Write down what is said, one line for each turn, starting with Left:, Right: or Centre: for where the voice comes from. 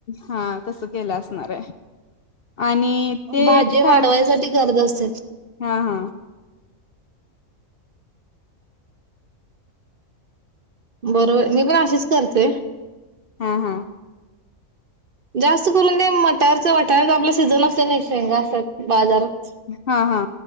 Left: हा तस केलं असणार आहे आणि ते
Right: भाजी
Left: काय
Right: वाढवायसाठी गरज असेल.
Left: हा हा.
Right: बरोबर मी पण अशीच करते.
Left: हा हा.
Right: जास्त करून ते मटारच वाटाण्याचा आपला सीझन असते नाही शेंगा असतात बाजारात.
Left: हा हा.